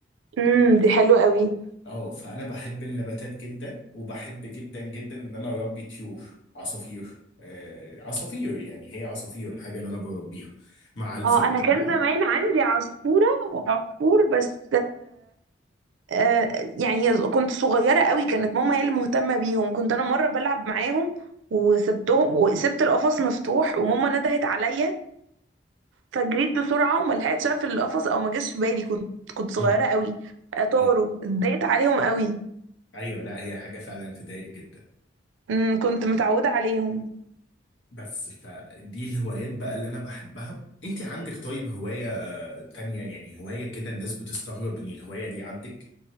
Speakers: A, on the right (about 85°); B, on the left (about 85°).
A: امم دي حلوة قوي
B: اه فانا بحب النباتات جدا وبحب جدا جدا ان انا اربي طيور عصافير آه عصافير يعني هي عصافير الحاجه اللي انا بربيها مع الزرع
A: اه انا
B: بقى
A: كان زمان عندي عصفورة وعصفور بس آه، يعني كنت صغيرة قوي كانت ماما هي اللي مهتمة بيهم كنت أنا مرة بلعب معاهم وسبتهم وسبت القفص مفتوح وماما ندهت عليا فجريت بسرعة وما لحقتش أقفل القفص أو ما جاش في بالي كنت كنت صغيرة
B: مم.
A: قوي آه، طاروا
B: طيب.
A: اتضايقت عليهم قوي
B: ايوه لا هي حاجه فعلا تضايق جدا
A: أمم، كنت متعودة عليهم
B: بس فدي الهوايات بقى اللي انا بحبها انت عندك طيب هوايه تانية يعني هوايه كده الناس بتستغرب ان الهوايه دي عندك